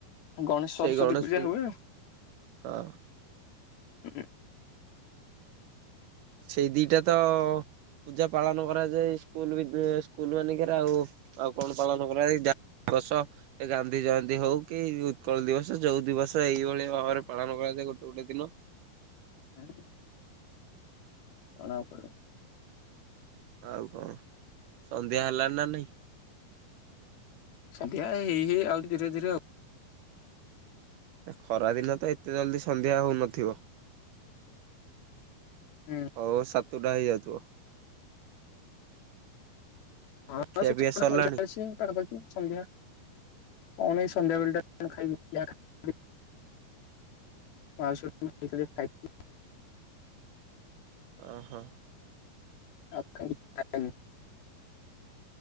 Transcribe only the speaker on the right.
ସେଇ ଗଣେଶ
ହଁ।
ସେଇ ଦିଟା ତ ପୂଜା ପାଳନ କରାଯାଏ ସ୍କୁଲ ବି ସ୍କୁଲ ମାନଙ୍କରେ ଆଉ ଆଉ କଣ ପାଳନ କରାଯାଏ। ଦସ ଏଇ ଗାନ୍ଧୀ ଜୟନ୍ତୀ ହଉ କି ଉତ୍କଳ ଦିବସ ଯୋଉ ଦିବସ ଏଇଭଳିଆ ଭାବରେ ପାଳନ କରାଯ ଗୋଟେ ଗୋଟେ ଦିନ
ଆଉ କଣ ସନ୍ଧ୍ୟା ହେଲାଣି ନା ନାଇଁ?
ଖରା ଦିନ ତ ଏତେ ଜଲଦି ସନ୍ଧ୍ୟା ହଉନଥିବ।
ହଉ ସାତଟା ହେଇଯାଉଥିବ।
ଖିଆ
ପିଆ
ସରିଲାଣି
ଓ ହୋ।